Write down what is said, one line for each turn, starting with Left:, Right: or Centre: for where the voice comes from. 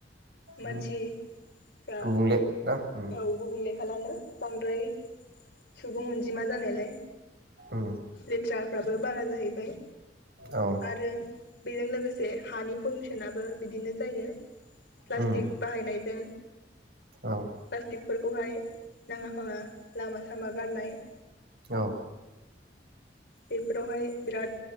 Left: मानसिफ्रा
Right: उम गुबुंले ना उम
Left: औ गुबुंले खालामो बांद्राय सुबुं अनजिमा जानायलाय
Right: उम
Left: लेथ्राफ्राबो बारा जाहैबाय
Right: औ
Left: आरो बेजों लोगोसे हानि पलिउसनाबो बिदिनो जायो प्लास्टिक
Right: उम
Left: बाहायनायजों
Right: औ
Left: बेफोरखौहाय नाङा फाङा लामा सामा गारनाय
Right: औ ।
Left: बेफोरावहाय बिराद